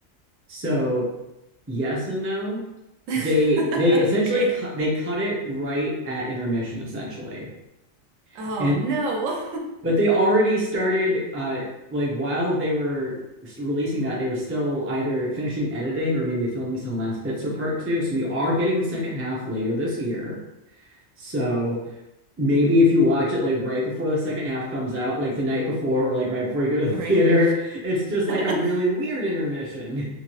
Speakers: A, on the right; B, on the right.
A: So yes and no.
B: <laughs>
A: They they essentially
B: Okay.
A: cut they cut it right at intermission essentially,
B: Oh
A: and
B: no.
A: but they already started uh like while they were releasing that they were still either finishing editing or maybe filming some last bits for part two. So we are getting the second half later this year. So. maybe if you watch it like right before the second half comes out, like the night before or like right before you go to the
B: <laughs>
A: <laughs>
B: Right.
A: theater, it's just like a
B: <laughs>
A: really weird intermission.